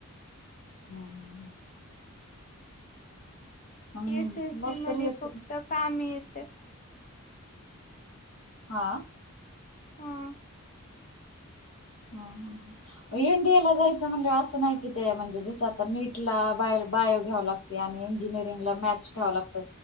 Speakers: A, on the left (about 65°); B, on the left (about 35°).
A: हम. हम्म,
B: एस एस
A: मग
B: व्ही मधी
A: तर हेच
B: फक्त काम येतं.
A: हा.
B: हा.
A: हा, हा, हा. एन डी एला जायचं म्हणल्यावर असं नाही कि, ते म्हणजे जसं आता, नीटला बाय, बायो घ्याव लागत. आणि इंजिनिअरिंग ला मॅथ्स ठेवां लागतं.